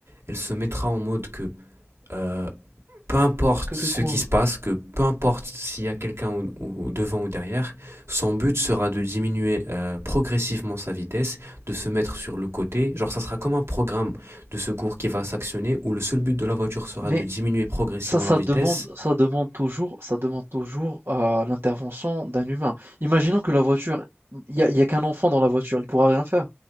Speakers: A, on the right (about 85°); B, on the right (about 65°).
A: elle se mettra en mode que euh, peu importe
B: que,
A: ce
B: que quoi?
A: qui se passe, que peu importe s'il y a quelqu'un ou au- devant ou derrière, son but sera de diminuer euh, progressivement sa vitesse, de se mettre sur le côté. Genre, ça sera comme un programme de secours qui va s'actionner où le seul but de la voiture sera
B: Mais
A: de diminuer progressivement
B: ça, ça
A: la vitesse.
B: demande, ça demande toujours, ça demande toujours euh, l'intervention d'un humain. Imaginons que la voiture, il y a, il y a qu'un enfant dans la voiture, il pourra rien faire.